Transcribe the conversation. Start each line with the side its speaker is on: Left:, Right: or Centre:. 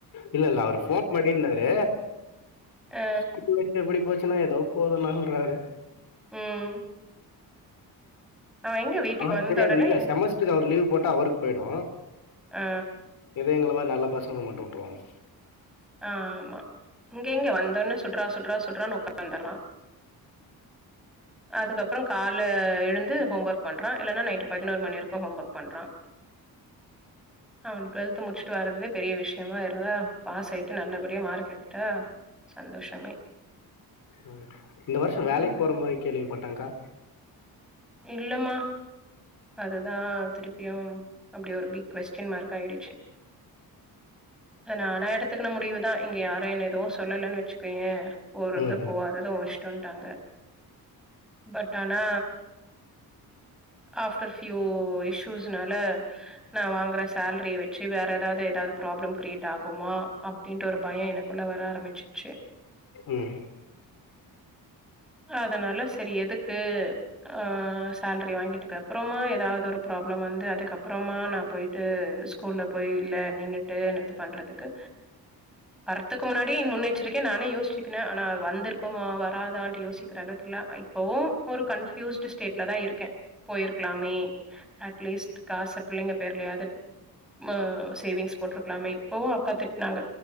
Left: இல்ல இல்ல அவரு ஃபோன் பண்ணிருந்தாரு.
Centre: ஆ,
Left: ஸ்கூல் லைஃப் எப்டி போச்சுன்னா ஏதோ போது ணான்றாரு
Centre: ம் அவன் எங்க வீட்டுக்கு
Left: அவனுக்கு
Centre: வந்த
Left: தெரியாது
Centre: உடனே
Left: இல்ல செமஸ்ட்ருக்கு அவர் லீவ் போட்டா அவருக்கு போயிடு
Centre: ஆ,
Left: எதோ எங்கள மா நல்ல பசங்கள மட்டு விட்ருவாங்க
Centre: ஆ ஆமா இங்க எங்க வந்த ஒட்னே சுட்றா சுட்றா சுட்றான் உக்காந்துறா அதுக்கப்புறோ கால்ல எழுந்து ஹோம் ஒர்க் பண்றா இல்லன்னா நைட்டு பதினோரு மணி வரைக்கு ஹோம் ஒர்க் பண்றா அவ டுவல்த் முடிச்சுட்டு வர்றதே பெரிய விஷயமா ஆயிருதா பாஸ் ஆயி ட்டு நல்லபடியா மார்க் எடுத்துட்டா சந்தோஷமே
Left: ம் இந்த வருஷோ வேலைக்கு
Centre: ம்.
Left: போற மாரி கேள்விப்பட்டேங்கா
Centre: இல்லமா அது தா திருப்பியு அப்டி ஒரு பிக் கொஸ்டின் மார்க் ஆயிடுச்சு அது நானா எடுத்துக்குன்ன முடிவுதா இங்க யாரு என்ன எதுவு சொல்லலன்னு வச்சுக்கோயே போறது
Left: ம்
Centre: போவாதது ஒ இஷ்டோன்ட்டாங்க பட் ஆனா அஃப் டர் ஃப்யூ இஷ்யூஸ்னால நா வாங்குற சேல்ரிய வெச்சு வேற ஏதாவது ஏதாவது ப்ராப்ளம் கிரியேட் ஆகுமா அப்டின்டு ஒரு பய எனக்குள்ள வர ஆரம்பிச்சிச்சு
Left: ம்
Centre: அதனால செரி எதுக்கு ஆ சேல்ரி வாங்கிட்டுக்கு அப்புறமா ஏதாவது ஒரு ப்ராப்ளம் வந்து அதுக்கப் அப்புறமா நா போயிட்டு ஸ்கூல்ல போய் இல்ல நின்னுட்டு இது பண்றதுக்கு வர்துக்கு முன்னாடியே என் முன்னேச்சரிக்கயா நானே யோசிச்சுக்கேன ஆனா வந்திருக்குமா வராதானு யோசிக்கிற அளவுக்கு இல்ல இப்பவு ஒரு கன்பூஸ்ட் ஸ்டேட்ல தா இருக்கே போயிருக்கலாமே அட்லீஸ்ட் காசு பிள்ளிங்க பேர்லயாவது ம் சேவிங்ஸ் போட்ருக்கலாமே இப்பவு அக்கா திட்டுனாங்க